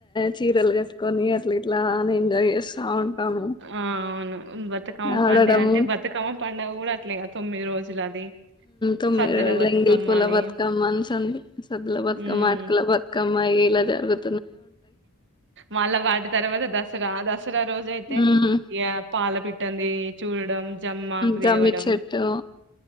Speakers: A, on the left; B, on the right.
A: చీరలు కట్టుకొని అట్లా ఇట్లా ఎంజాయ్ చేస్తా ఉంటాము
B: ఆ అవును బతుకమ్మ
A: ఆడడము
B: పండుగ అంటే బతుకమ్మ పండుగ కూడా అట్లే ఇక తొమ్మిది రోజులు అది
A: తొమ్మిది
B: సద్దుల
A: రోజుల
B: బతుకమ్మ
A: ఎంగిలిపూల
B: అని
A: బతుకమ్మ, సద్దుల బతుకమ్మ,
B: హ్మ్
A: అటుకుల బతుకమ్మ. ఇలా జరుగు
B: మళ్ళా వాటి తర్వాత దసరా దసరా దసరా రోజు అయితే
A: ఉమ్
B: ఇ పాల పిట్టనీ చూడడం జమ్మాకు
A: జమ్మి
B: తేవడం
A: చెట్టు